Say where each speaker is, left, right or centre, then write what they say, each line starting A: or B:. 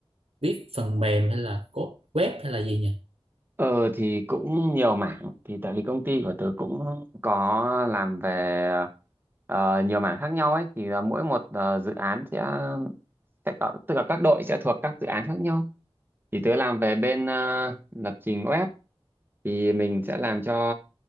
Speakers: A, on the right; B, on the right.
A: viết phần mềm hay là code web hay là gì nhỉ
B: Ờ thì cũng nhiều mảng thì tại vì công ty của tớ cũng có làm về ờ, nhiều mảng khác nhau ấy thì là mỗi một ờ, dự án sẽ, sẽ có, tức là các đội sẽ thuộc các dự án khác nhau thì tớ làm về bên ờ, lập trình web thì mình sẽ làm cho